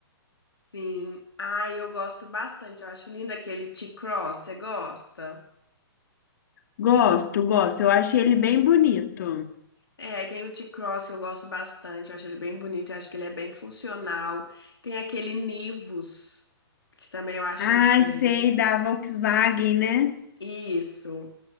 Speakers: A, on the left; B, on the left.
A: Sim. Ai, eu gosto bastante. Eu acho lindo aquele T-Cross. Você gosta?
B: Gosto, gosto. Eu achei ele bem bonito.
A: É, aí tem o T-Cross que eu gosto bastante. Eu acho ele bem bonito. Eu acho que ele é bem funcional. Tem aquele Nivus, que também eu acho
B: Ai,
A: ele bem.
B: sei, da Volkswagen, né?
A: Isso.